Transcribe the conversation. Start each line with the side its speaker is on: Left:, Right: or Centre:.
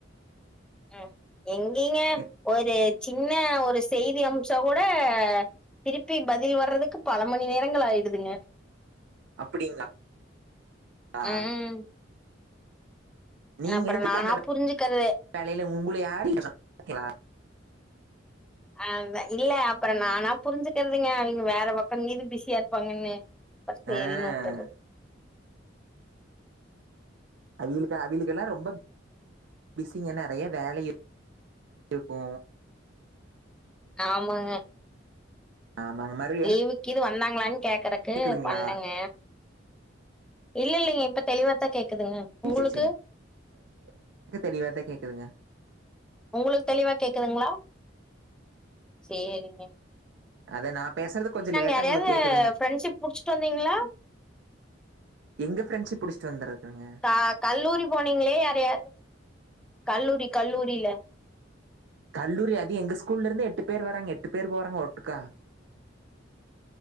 Centre: ம் எங்கைங்க
Right: எ-
Centre: ஒரு சின்ன ஒரு செய்தி அம்ச்சா கூட திருப்பி பதில் வர்றதுக்கு பல மணி நேரங்கள் ஆயிடுதுங்க
Right: அப்படிங்களா ஆ
Centre: ம்
Right: நீங்க
Centre: அப்புறோ
Right: எடுத்துக்க
Centre: நானா
Right: அந்த வே-
Centre: புரிஞ்சுக்கற்து
Right: வேலையில உங்களை யாரும் கேட்கலா?
Centre: <inaudible> ஆ வ இல்ல அப்றோ நானா புரிஞ்சுக்கிறதுங்க அங்க வேற பக்க இங்க இது பிஸியா இருப்பாங்கன்னு அப்ப சேரினு
Right: அஹ்,
Centre: உட்டறது
Right: அதுகளுக்கு அதுகெலுக்கெல்லா ரொம்ப பிஸிங்க நறைய வேலை இருக்கு
Centre: ஆமாங்க
Right: ஆமாங்க மரு
Centre: லீவுக்கு இது வந்தாங்களான்னு கேக்குறக்கு
Right: கேக்குதுங்களா
Centre: பண்ணங்க இல்ல இல்லிங்க இப்ப தெளிவாத்தா கேக்குதுங்க
Right: <unintelligible>
Centre: உங்களுக்கு
Right: எனக்கு தெளிவாதா கேக்குதுங்க
Centre: உங்களுக்கு தெளிவா கேக்குதுங்களா சேரிங்க
Right: அத நா பேசுறது கொஞ்சோ லேட்டா
Centre: யாரையாவது
Right: உங்களுக்கு கேக்குதுங்க
Centre: ஃப்ரெண்ட்ஷிப் புடிச்சிட்டு வந்தீங்களா
Right: எங்க ஃப்ரெண்ட்ஷிப் புடிச்சட்டு வந்துருக்குங்க
Centre: க கல்லூரி போனீங்களே யார் யா கல்லூரி கல்லூரியில
Right: கல்லூரி அது எங்க ஸ்கூல்ல இருந்து எட்டு பேர் வராங்க எட்டு பேர் போறாங்க ஒட்டுக்கா